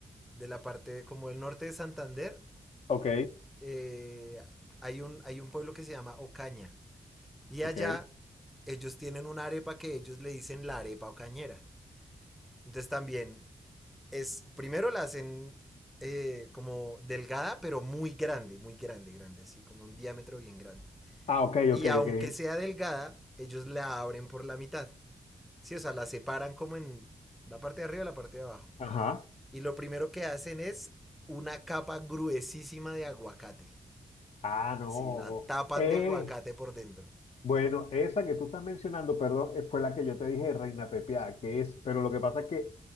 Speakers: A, in the centre; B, on the left.
A: de la parte de- como del norte de Santander.
B: ok,
A: eh, hay un, hay un pueblo que se llama Ocaña. Y
B: ok.
A: allá ellos tienen una arepa que ellos le dicen la arepa ocañera. Entonces también es, primero la hacen eh, como delgada, pero muy grande, muy grande, grande, así como un diámetro bien grande.
B: Ah, ok,
A: Y
B: ok,
A: aunque
B: ok.
A: sea delgada, ellos la abren por la mitad. Sí, o sea, la separan como en la parte de arriba y la parte de abajo.
B: Ajá.
A: Y lo primero que hacen es una capa gruesísima de aguacate.
B: Ah, no.
A: Así, la tapan
B: Eh,
A: de aguacate por dentro.
B: bueno, esa que tú estás mencionando, perdón, eh, fue la que yo te dije, reina pepiada, que es, pero lo que pasa es que